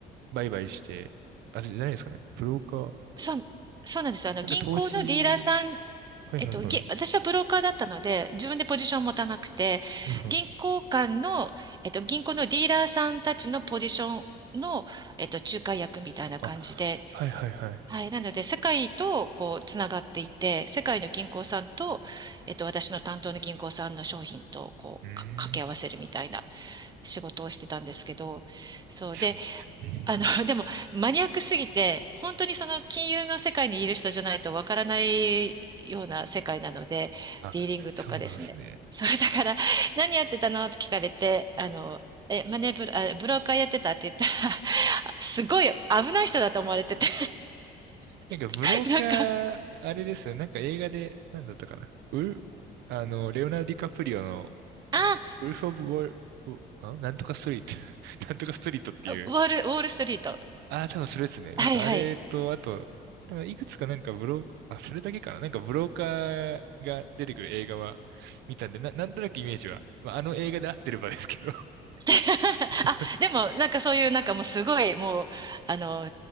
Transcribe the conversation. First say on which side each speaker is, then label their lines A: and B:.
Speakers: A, on the right; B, on the right.
A: 売買して、あ、じゃないですかね、ブローカー。
B: そう、そうなんですよ。あの、
A: なんか投資、
B: 銀行のディーラーさん、
A: はいはいはい。
B: えっと、ぎ私はブローカーだったので、自分でポジションを持たなくて、
A: はいはい
B: 銀行間の、えっと、銀行のディーラーさんたちのポジションの、えっと、仲介役みたいな感じで、
A: あ、はいはいはい。
B: はい。なので、世界と、こう、つながっていて、世界の銀行さんと、えっと、私の担当の銀行さんの商品と、こう、
A: うーん、
B: か掛け合わせるみたいな
A: い
B: 仕事をしてたんですけど、そう。
A: いっすね。<laughs> うん
B: あの、<laughs> でも、マニアックすぎて、本当にその金融の世界にいる人じゃないとわからないような世界なので、
A: あ、
B: ディーリングとかですね。
A: そうなんですね。
B: それだから、<laughs> 何やってたのって聞かれて、あの、え、マネーブロ、あ、ブローカーやってたって言ったら、<laughs> すごい危ない人だと思われてて、
A: なんか、ブローカー、
B: <laughs> なんか、
A: あれですよ。なんか映画で、なんだったかな。ウル、あの、レオナルド・ディカプリオの、
B: あ、
A: えーウルフ・オブ・ウォール、ウあなんとかストリート、<laughs> なんとかストリートっていう。
B: ウォール、ウォールストリート。
A: ああ、多分それですね。なんかあれと、
B: はいはい。
A: あと、なんかいくつかなんかブロー、あ、それだけかな。なんかブローカーが出てくる映画は見たんで、な、なんとなくイメージは、まあ、あの映画で合ってればですけど。
B: <laughs>
A: <laughs>
B: あ、でも、なんかそういう、なんかもうすごい、もう、あの、